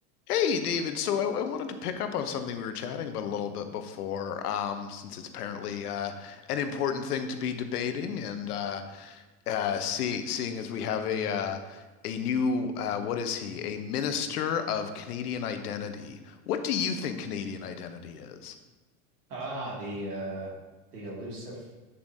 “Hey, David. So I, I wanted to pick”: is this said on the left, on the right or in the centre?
Left